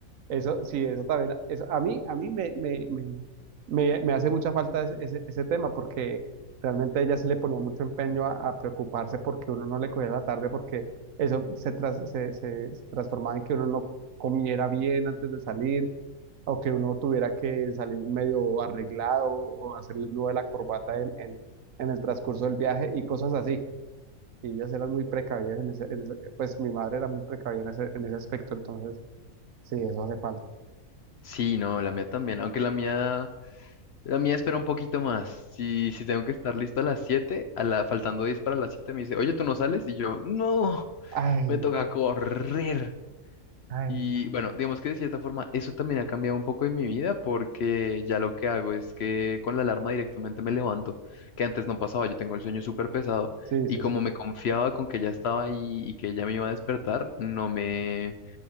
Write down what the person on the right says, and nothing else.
Eso, sí, eso también, eso, a mí, a mí me, me, me, me, me hace mucha falta ese, ese, ese tema porque realmente ella sí le ponía mucho empeño a, a preocuparse porque uno no le cogiera la tarde porque eso se, tras- se, se- se transformaba en que uno no comiera bien antes de salir, o que uno tuviera que salir medio arreglado o hacerle el nudo de la corbata en, en, en el transcurso del viaje y cosas así. Y ellas eran muy precavidas en ese, en ese- pues mi madre era muy precavida en ese, en ese aspecto, entonces sí, eso hace falta.
Ay,
ay,
no.
Sí,
sí,
sí.